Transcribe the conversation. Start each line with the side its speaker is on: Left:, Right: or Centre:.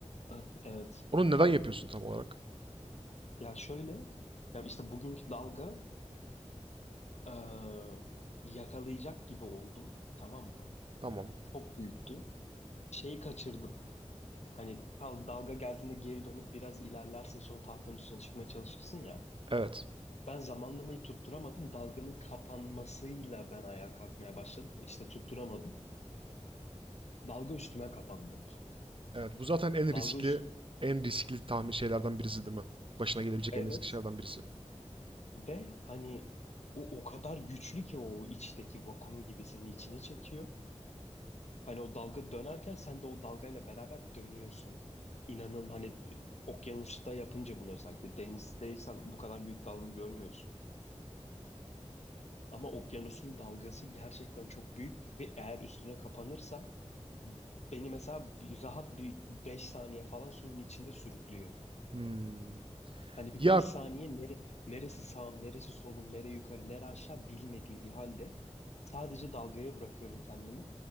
Left: Ah, Evet.
Right: Onu neden yapıyorsun tam olarak?
Left: Ya şöyle, ya işte bugünkü dalga e, yakalayacak gibi oldum. Tamam mı?
Right: Tamam.
Left: Çok büyüktü. Şeyi kaçırdım. Hani dal- dalga geldiğinde geri dönüp biraz ilerlersin sonra tahtanın üstüne çıkmaya çalışırsın ya.
Right: Evet.
Left: Ben zamanlamayı tutturamadım. Dalganın kapanmasıyla ben ayağa kalkmaya başladım. İşte tutturamadım. Dalga üstüme kapandı.
Right: Evet. Bu zaten en
Left: Dalga
Right: riskli,
Left: üstüm.
Right: en riskli tahmin şeylerden birisi değil mi? Başına gelebilecek
Left: Evet.
Right: en riskli şeylerden birisi.
Left: Ve hani o o kadar güçlü ki o içteki vakum gibi seni içine çekiyor. Hani o dalga dönerken sen de o dalgayla beraber dönüyorsun. İnanın hani okyanusta yapınca bunu özellikle denizdeysen bu kadar büyük dalga görmüyorsun. Ama okyanusun dalgası gerçekten çok büyük ve eğer üstüne kapanırsa beni mesela bir- rahat bir 5 saniye falan suyun içinde sürüklüyor.
Right: Hmm.
Left: Hani bir
Right: Ya
Left: 5 saniye nere, neresi sağım, neresi solum, nere yukarı, nere aşağı bilmediğim bir halde sadece dalgaya bırakıyorum kendimi.